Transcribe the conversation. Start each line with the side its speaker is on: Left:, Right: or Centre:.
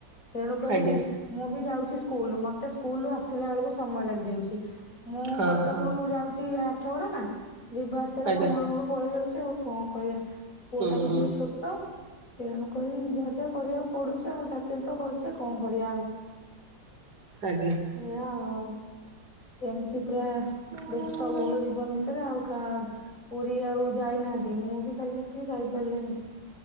Left: ତେଣୁକରି
Right: ଆଜ୍ଞା
Left: ମୁଁ ବି ଯାଉଛି ସ୍କୁଲ, ମତେ ମତେ ସ୍କୁଲୁରୁ ଆସିଲା ବେଳକୁ ସମୟ ଲାଗିଯାଉଛି, ମୁଁ
Right: ହଁ
Left: କଟକ
Right: ହଁ
Left: ରୁ ଯାଉଛି ଆଠଗଡା ନା। ଯିବା ଆସିବାର
Right: ଆଜ୍ଞା
Left: ସମୟ ମୋର ପଳେଇ ଯାଉଛି, ଆଉ କଣ କରିବା? ପୁଅଟା
Right: ହୁଁ
Left: ବି
Right: ହୁଁ
Left: ଟିକେ ଛୋଟ। ତେଣୁ କରି ଯିବା ଆସିବା କରିବାକୁ ପଡୁଛି ଆଉ, ଚାକିରି ତ କରିଛେ କଣ କରିବା ଆଉ।
Right: ଆଜ୍ଞା।
Left: ଏଇଆ ଆଉ ଏମିତି ପୁରା
Right: ହୁଁ
Left: ବ୍ୟସ୍ତ ବହୁଳ ଜୀବନ ଭିତରେ ଆଉ କା ପୁରୀ ଆଉ ଯାଇନାହାନ୍ତି, ମୁଁ ବି ଖାଲି ଆଉ ଟିକେ ଯାଇପାରିଲିନି।